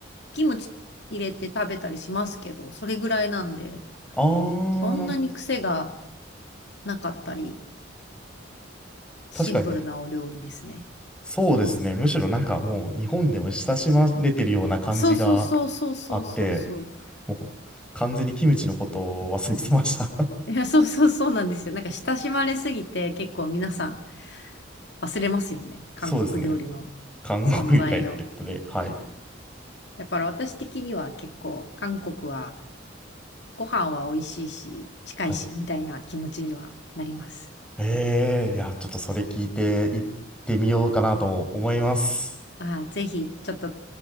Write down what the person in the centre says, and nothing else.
あー、
なるほど。
確かに。そうですね。むしろなんかもう日本でも親しまれてるような感じが
あって、もう完全にキムチのことを忘れてました。<laughs>
そうですね。韓国以来ってことで、はい。
はい。
ええいや、ちょっとそれ聞いて行ってみようかなと思います。